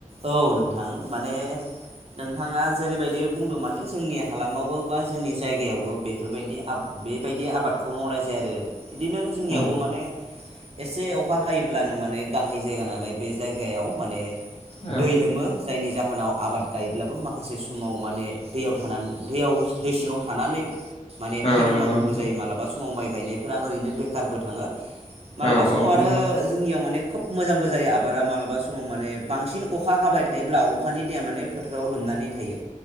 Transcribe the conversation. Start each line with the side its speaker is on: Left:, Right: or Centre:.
Right: औ नोंथां माने नोंथाङा जेरैबायदि बुंदों माने जोंनि हालामावबो बा जोंनि जायगायावबो बेफोरबायदि बेबायदि आबादखौ मावनाय जायो आरो बिदिनो जोंनियावबो
Left: उम
Right: माने एसे अखा हायोब्लानो माने गाहाय जायगा नालाय बे जायगायाव माने
Left: औ
Right: दै लोमो जायनि जाहोनाव आबाद गायोब्लाबो माखासे समाव माने दैयाव थानानै दैयाव दै सिङाव थानानै माने
Left: औ
Right: थैलांनांगौबो
Left: नंगौ नोंथां
Right: जायो मालाबा समाव माइ गायनायफोरा ओरैनो बेखारबो थाङो मालाबा
Left: औ
Right: समाव
Left: औ
Right: आरो
Left: नंगौ
Right: जोंनियाव माने खोब मोजांबो जायो आबादा मालाबा समाव माने बांसिन अखा हाबाय थायोब्ला अखानि दैया माने फोथाराव लोमनानै थायो